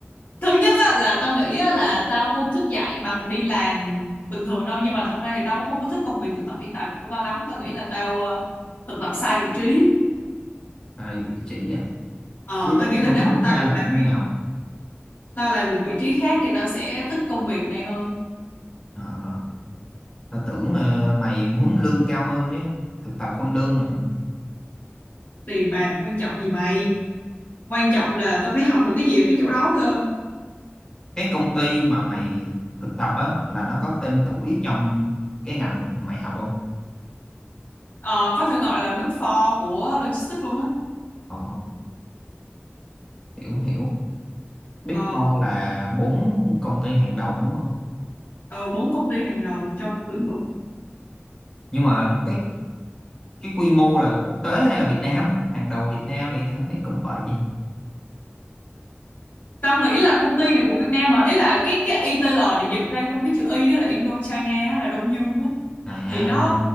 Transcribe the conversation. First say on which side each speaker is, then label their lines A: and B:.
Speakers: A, on the left; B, on the left.
A: thứ nhất á, là tao nghĩ á, là tao không thích dạy bằng đi làm bình thường đâu nhưng mà thật ra thì tao cũng không có thích công việc thực tập hiện tại của tao lắm tao nghĩ là tao ờ, thực tập sai vị trí
B: tại vị trí à
A: ờ,
B: chứ
A: tao
B: đúng
A: nghĩ là
B: đúng
A: nếu
B: đúng
A: mà tao
B: ra
A: được
B: là
A: làm
B: phải như
A: vị
B: nào
A: tao làm được vị trí khác thì tao sẽ thích công việc này hơn
B: Ờ Tao tưởng ờ, mày muốn lương cao hơn chứ. Thực tập không lương mà.
A: tiền bạc quan trọng gì mày quan trọng là tao phải học được cái gì ở cái chỗ đó cơ
B: Cái công ty mà mày thực tập á là nó có tên tuổi trong cái ngành mày học không?
A: ờ, có thể gọi là Big Four của logistics luôn á
B: Ồ, hiểu hiểu. Big
A: ờ
B: Four là bốn công ty hàng đầu đúng không?
A: ờ, bốn công ty hàng đầu trong lĩnh vực
B: Nhưng mà cái cái quy mô là quốc tế hay là Việt Nam? Hàng đầu Việt Nam thì tao thấy <laughs> cũng vậy.
A: tao nghĩ là công ty này của Việt Nam hả ý là cái cái i ITL để dịch ra trong cái chữ Y đó là Indochina á, là Đông Dương á
B: À,
A: thì nó